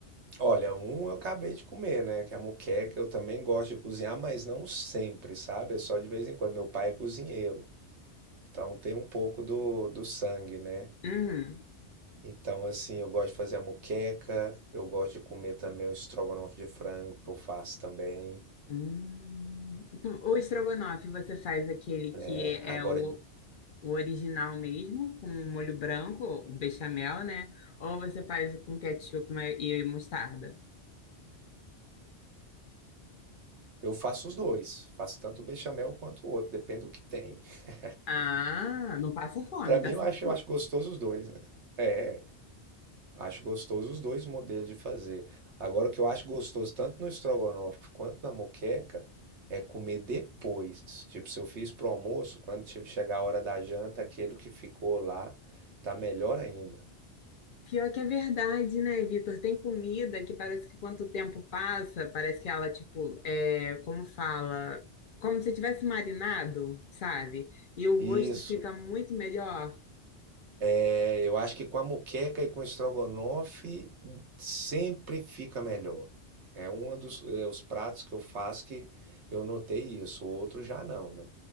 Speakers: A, on the right; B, on the left.
A: Olha, um eu acabei de comer, né? Que é a moqueca. Eu também gosto de cozinhar, mas não sempre, sabe? É só de vez em quando. Meu pai é cozinheiro, então tem um pouco do, do sangue, né?
B: Hum,
A: Então, assim, eu gosto de fazer a moqueca, eu gosto de comer também o estrogonofe de frango que eu faço também.
B: hum. O estrogonofe, você faz aquele que
A: É,
B: é,
A: Agora,
B: é o, o original mesmo, com molho branco, o bechamel, né? Ou você faz com ketchup ma- e mostarda?
A: Eu faço os dois. Faço tanto o bechamel quanto o outro, depende do que tem. <laughs>
B: Ah, não passa fome,
A: Pra mim,
B: tá certo?
A: eu acho, eu acho gostoso os dois, né? É, é. acho gostoso os dois modelos de fazer. Agora, o que eu acho gostoso, tanto no estrogonofe quanto na moqueca, é comer depois. Tipo, se eu fiz pro almoço, quando che- chegar a hora da janta, aquele que ficou lá tá melhor ainda.
B: Pior que é verdade, né, Vitor? Tem comida que parece que quanto tempo passa, parece que ela, tipo, é, como fala, como se tivesse marinado, sabe? E o
A: Isso,
B: gosto fica muito melhor.
A: É, eu acho que com a moqueca e com o estrogonofe sempre fica melhor. É um dos é, os pratos que eu faço que eu notei isso, o outro já não, né?